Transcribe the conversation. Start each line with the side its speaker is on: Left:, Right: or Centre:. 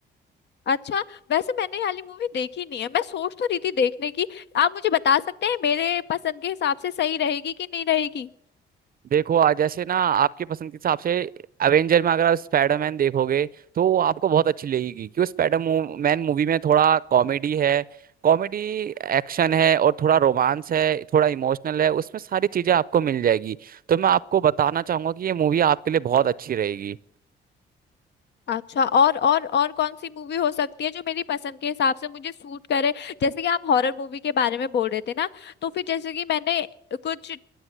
Left: अच्छा वैसे मैंने ये वाली मूवी देखी नहीं है मैं सोच तो रही थी देखने की आप मुझे बता सकते हैं मेरे पसंद के हिसाब से सही रहेगी कि नहीं रहेगी
Right: देखो आज जैसे ना आपके पसंद के हिसाब से एवेंजर में अगर आप स्पाइडरमैन देखोगे तो वो आपको बहुत अच्छी लगेगी क्योंकि स्पाइडर मैन मूवी में थोड़ा कॉमेडी है कॉमेडी एक्शन है और थोड़ा रोमांस है थोड़ा इमोशनल है उसमें सारी चीजें आपको मिल जाएगी तो मैं आपको बताना चाहूंगा कि ये मूवी आपके लिए बहुत अच्छी रहेगी
Left: अच्छा और और और कौन सी मूवी हो सकती है जो मेरी पसंद के हिसाब से मुझे सूट करे जैसे कि आप हॉरर मूवी के बारे में बोल रहे थे ना तो फिर जैसे कि मैंने कुछ अ,